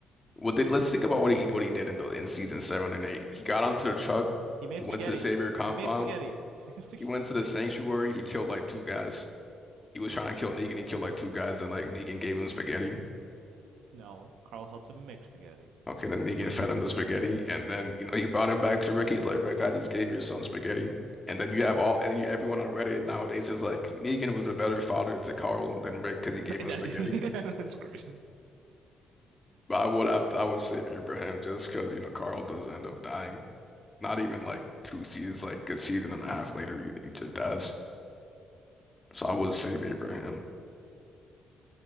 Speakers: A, on the left; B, on the right.
A: what did? Let's think about what he what he did in the in season seven and eight. He got onto the truck,
B: He made
A: went
B: spaghetti.
A: to the Savior compound.
B: He made spaghetti. <laughs> He made spaghetti.
A: He went to the sanctuary. He killed like two guys. He was trying to kill Negan. He killed like two guys. Then like Negan gave him spaghetti.
B: No, Carl helped him make spaghetti.
A: Okay, then Negan
B: <laughs>
A: fed him the spaghetti, and then you know he brought him back to Rick. He's like, Rick, I just gave your son spaghetti. And then you have all and you, everyone on Reddit nowadays is like, Negan was a better father to Carl than Rick because he gave
B: That,
A: him spaghetti.
B: yeah, that's crazy.
A: But I would have I would save Abraham just because you know Carl does end up dying. Not even like two seasons, like a season and a half later, he, he just dies. So I would save Abraham.